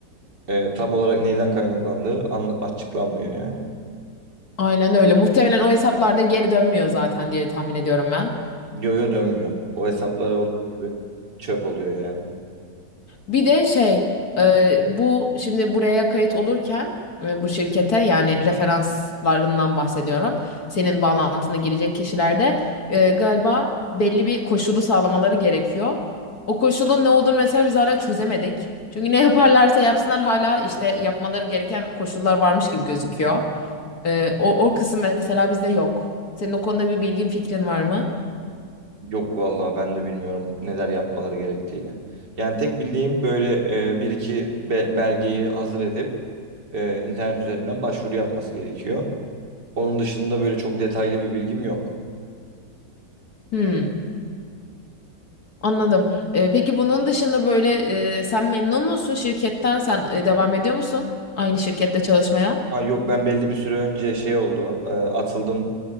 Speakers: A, on the right; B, on the left.
A: E, tam olarak neyden kaynaklandığı anla- açıklanmıyor yani.
B: Aynen öyle. Muhtemelen o hesaplarda geri dönmüyor zaten diye tahmin ediyorum ben.
A: Yo-yo dönmüyor. O hesaplar olduğu gibi çöp oluyor yani.
B: Bir de şey e, bu şimdi buraya kayıt olurken e, bu şirkete yani referanslarından bahsediyorum. Senin bağlantına girecek kişilerde e, galiba belli bir koşulu sağlamaları gerekiyor. O koşulun ne olduğunu mesela biz hala çözemedik. Çünkü ne yaparlarsa yapsınlar hala işte yapmaları gereken koşullar varmış gibi gözüküyor. E, o, o kısım mesela bizde yok. Senin o konuda bir bilgin fikrin var mı?
A: Yok vallahi ben de bilmiyorum neler yapmaları gerektiğini. Yani tek bildiğim böyle e, bir iki be- belgeyi hazır edip e, internet üzerinden başvuru yapması gerekiyor. Onun dışında böyle çok detaylı bir bilgim yok.
B: Hmm. Anladım. Ee, peki bunun dışında böyle e, sen memnun musun şirketten? Sen e, devam ediyor musun aynı şirkette çalışmaya?
A: Ha, yok ben belli bir süre önce şey oldu e, atıldım